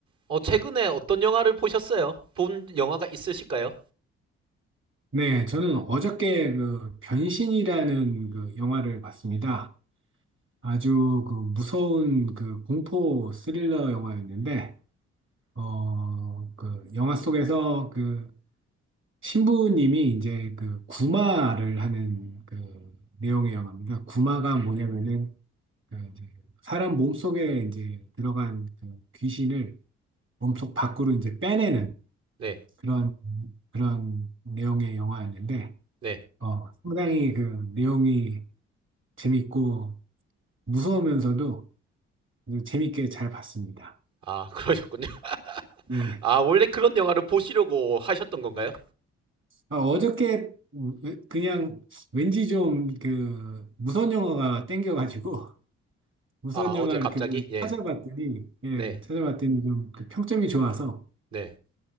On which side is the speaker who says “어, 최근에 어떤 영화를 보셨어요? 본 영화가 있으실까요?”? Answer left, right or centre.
Right